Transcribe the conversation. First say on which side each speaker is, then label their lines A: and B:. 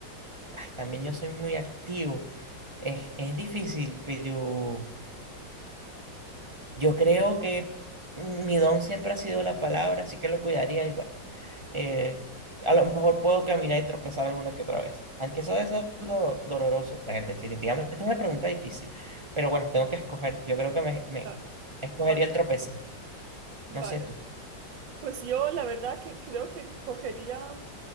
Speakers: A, on the right; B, on the right.
A: ay, también yo soy muy activo. Es, es difícil, pero yo creo que mi don siempre ha sido la palabra, así que lo cuidaría igual. Eh, a lo mejor puedo caminar y tropezar alguna que otra vez, aunque eso es do- doloroso. A ver, definitivamente es una pregunta difícil, pero bueno, tengo que escoger. Yo creo que me, me
B: claro,
A: escogería
B: vale,
A: el tropezar.
B: vale.
A: No sé tú.
B: Pues yo la verdad que creo que cogería